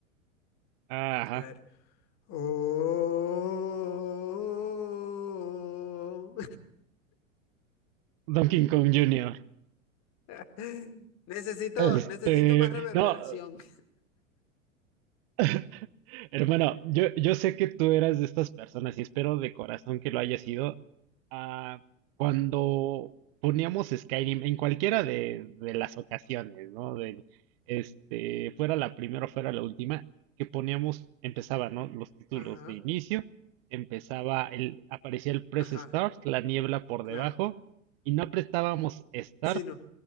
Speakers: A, on the right; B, on the left.
A: Ah, ajá.
B: A ver. Oh.
A: Donkey Kong Junior. <laughs>
B: <laughs> Necesito,
A: Este,
B: necesito más reverberación.
A: no. <laughs> Hermano, yo, yo sé que tú eras de estas personas y espero de corazón que lo hayas sido. Ah, cuando poníamos Skyrim en cualquiera de, de las ocasiones, ¿no? De este, fuera la primera o fuera la última, que poníamos, empezaba, ¿no? Los títulos
B: Ajá.
A: de inicio, empezaba el, aparecía el press
B: Ajá,
A: start, la niebla por
B: claro.
A: debajo, y no apretábamos start
B: Sí, no.